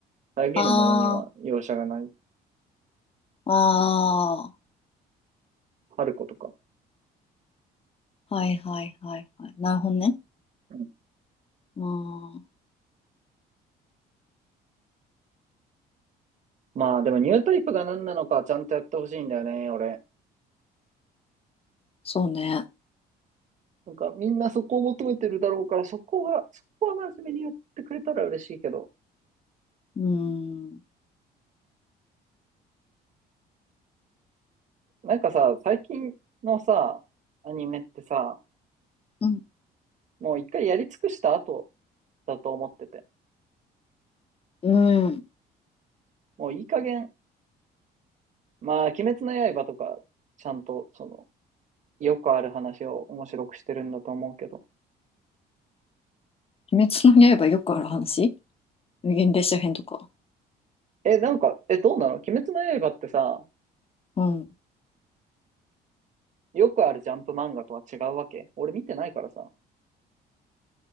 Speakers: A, on the right; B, on the left.
A: 遮るものには容赦がない。
B: ああ、あ
A: 春子とか。
B: あ、はいはいはいはい。なるほどね。
A: うん。
B: うん、
A: まあでもニュータイプが何なのかちゃんとやってほしいんだよね、俺。
B: そうね。
A: なんかみんなそこを求めてるだろうから、そこは、そこは真面目にやってくれたら嬉しいけど。
B: うん、
A: なんかさ、最近のさ、アニメってさ、
B: うん、
A: もう一回やり尽くした後だと思ってて。
B: うん。
A: もういい加減、まあ、鬼滅の刃とか、ちゃんと、その、よくある話を面白くしてるんだと思うけど。
B: 鬼滅の刃よくある話無限列車編とか。
A: え、なんか、え、どうなの鬼滅の刃ってさ、
B: うん。
A: よくあるジャンプ漫画とは違うわけ俺見てないからさ。